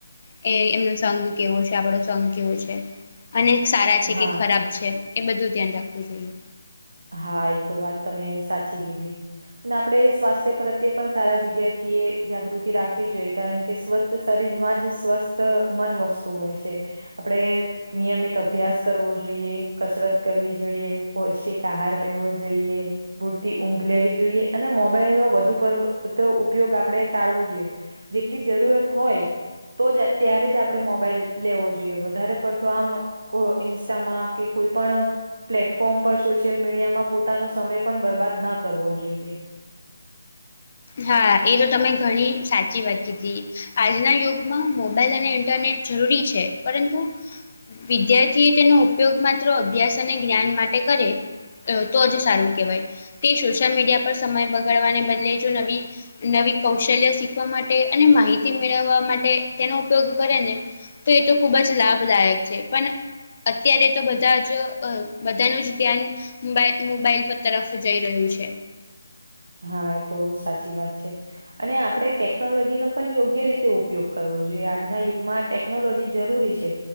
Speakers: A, on the left (about 30°); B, on the right (about 80°).
A: એ એમનો સંઘ કેવો છે આપણો સંઘ કેવો છે. અને સારા છે
B: હા
A: કે ખરાબ છે એ બધું ધ્યાન રાખવું જોઈએ
B: હા એ તો વાત તમે સાચી કીધી અને આપણે સ્વાસ્થ્ય પ્રત્યે પણ સારા વિદ્યાર્થીએ જાગૃતિ રાખવી જોઈએ કારણ કે સ્વસ્થ શરીર માં જ સ્વસ્થ મન વસ્તુ હોય છે. આપડે નિયમિત અભ્યાસ કરવો જોઈએ કસરત કરવી જોઈએ પૌષ્ટિક કહાર લેવો જોઈએ પૂરતી ઊંઘ લેવી જોઈએ અને મોબાઈલ નો વધુ પ ઉપયોગ આપણેે ટાળવો જોઈએ જેટલી જરૂરત હોય તો જ ત્યારે જ આપણે મોબાઈલ લેવો જોઈએ વધારે પડતો આમ ઇન્સ્ટામાં કે કોઈ પણ પ્લેટફોર્મ પર સો ોશિયલ મીડિયામાં પોતાનો સમય પણ બરબાદ ના કરવો જોઈએ.
A: હા એ તો તમે ઘણી સાચી વાત કીધી આજના યુગમાં મોબાઈલ અને ઇન્ટરનેટ જરૂરી છે પરંતુ વિદ્યાર્થી એ તેનો ઉપયોગ માત્ર અભ્યાસ અને જ્ઞાન માટે કરે તો જ સારું કહેવાય તે સોશિયલ મીડિયા પર સમય બગાડવાને બદલે નવી કૌશલ્ય શીખવા માટે અને માહિતી મેળવવા માટે તેનો ઉપયોગ કરે ને તો એ તો ખૂબ જ લાભદાયક છે પણ અત્યારે તો બધા જ બધાનું જ ધ્યાન-' મોબાઈલ પર તરફ જઈ રહ્યું છે.
B: હા એ તો સાચી વાત છે. અને આપણે ટેકનોલોજીનો પણ યોગ્ય રીતે ઉપયોગ કરવો જોઈએ આજના યુગમાં ટેકનોલોજી જરૂરી છે